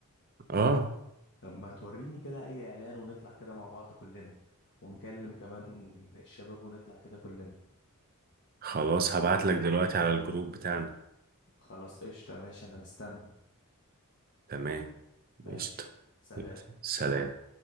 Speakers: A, on the right; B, on the left.
A: اه
B: طب ما توريني كده اي اعلان ونطلع كده مع بعض كلنا ونكلم كمان الشباب ونطلع كده كلنا
A: خلاص هبعت لك دلوقتي على الجروب بتاعنا
B: خلاص قشطة ماشي انا مستني
A: تمام
B: ماشي
A: قشطة
B: سلام
A: يلا، سلام